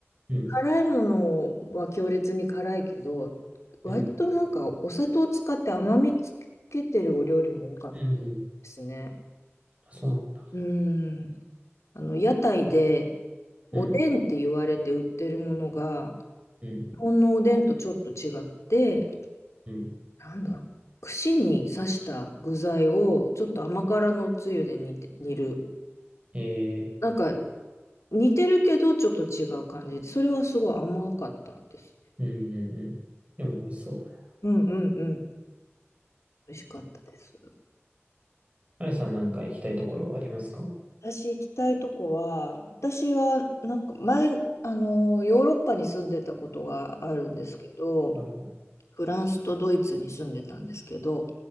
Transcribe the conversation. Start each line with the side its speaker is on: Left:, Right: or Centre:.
Right: うん、
Left: 辛いものは強烈に辛いけど、割となんかお砂糖を使って甘みつけてるお料理も多かったで
Right: うん、うん、うん。
Left: すね。
Right: あ、そうなんだ。
Left: うん。あの、屋台で、
Right: うん、
Left: おでんって言われて売ってるものが、
Right: うん、
Left: 日本のおでんとちょっと違って、
Right: うん。
Left: なんだろう。串に刺した具材を、ちょっと甘辛のつゆで煮て、煮る。
Right: えー、
Left: なんか、似てるけど、ちょっと違う感じで、それはすごい甘かったですね。
Right: うん、うん、うん。でも美味しそうだな。
Left: うんうんうん。美味しかったです。
Right: あやさんなんか行きたいところありますか
Left: 私行きたいとこは、私はなんか前、あの、ヨーロッパに住んでたことがあるんですけど、
Right: はいはい。
Left: フランスとドイツに住んでたんですけど、